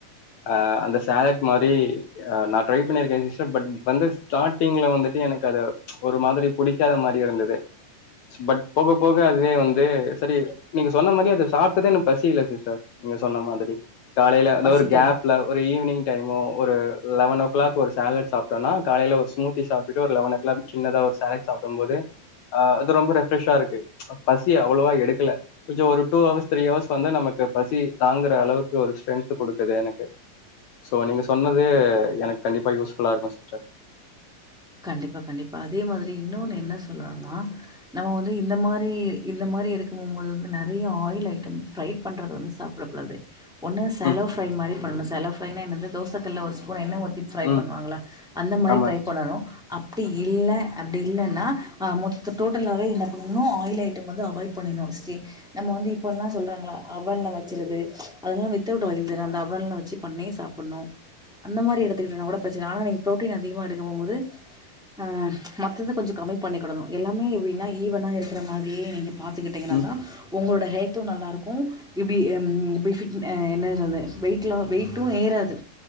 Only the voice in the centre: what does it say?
பசிக்காது
கண்டிப்பா கண்டிப்பா அதே மாரி இன்னொன்னூ என்ன சொல்லணுனா நம்ம வந்து இந்த மாரி இந்த மாரி எடுக்கம்போம் போது வந்து நெறைய ஆயில் ஐட்டம் ஃப்ரை பண்ணறத வந்து சாப்புடக்கூடாது ஒன்னு ஷலோ
ஃப்ரை மாரி பண்னணு ஷலோ ஃப்ரைனா என்னது தோசக்கல்ல ஒரு ஸ்பு ன் எண்ண ஊத்தி ஃப்ரை
பண்ணுவாங்களா அந்த மாரி
ட்ரை
பண்ணனு அப்டி இல்ல அப்டி இல்லன்னா மொத்த டோட்டலாவே என்ன பண்னணு ஆயில் ஐட்டம் வந்து அவாய்ட் பண்ணணு ஸ்ரே நம்ம வந்து இப்போல்லா சொல்றாங்களா அவன்ல வச்சருது அதெல்லா வித்அவுட் ஆயில் தானே அந்த அவன்ல வச்சு பண்ணி சாப்புன்ணு அந்த மாரி எடுத்துக்கிட்டனாகூட பிரச்சன ஆனா நீ புரோட்டீன் அதிகமா எடுக்க போம் போது ஆ மத்தது கொஞ்ச கம்மி பண்ணிகிடணு எல்லாமே எப்புடின்னா ஈவனா இருக்கிற மாரியே நீங்க பாத்துகிட்டிங்கன்னா
தா உங்களோட ஹெல்த்து நல்லாருக்கு இப்புடி ம் இப்புடி பிட் என்ன சொல்ர வெய்ட் லா வெய்ட்டு ஏறாது